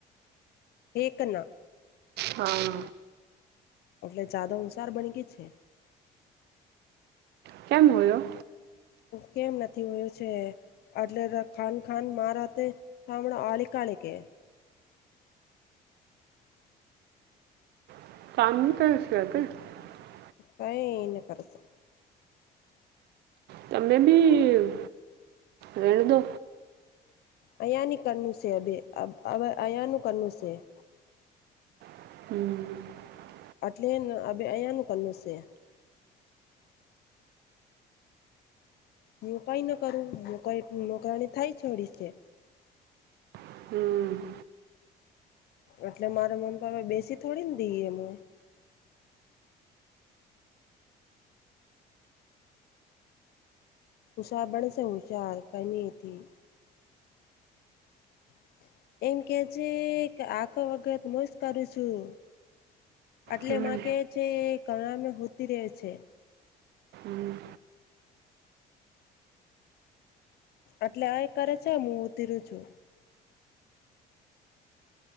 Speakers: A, on the left; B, on the right.
A: હેકના
B: હા.
A: એટલે, જાદવ હુંસાર બન ગય છે.
B: ક્યાંમ હોયો
A: કેમ નથી, હોયો છે. એટલે ખાન, ખાન મારા તે થામળો આલી કાલે કે
B: <inaudible>
A: <inaudible>
B: તમે બી રેણ દો
A: અયાની કનુસે અબ અ અયાનુ કનુસે <inaudible>
B: હમ
A: એટલે અહીંયાનું કરવનુછે હું કઈ ન કરું હું કઈ નોકરાણી થાય છોડી છે
B: હમ,
A: એટલે મારા મમ્પાે બેસી થોડીને દઈ એમય ઉસાબણ સં હચાર કઈ ન હતી. <inaudible> એમ કે છે કે આખો વખત હું જ કરું છું. એટલે
B: હમ
A: માં કે છે ઘણામે હોતી રે છે.
B: હમ,
A: એટલે આ એ કરે છે હું ઉતરું છું.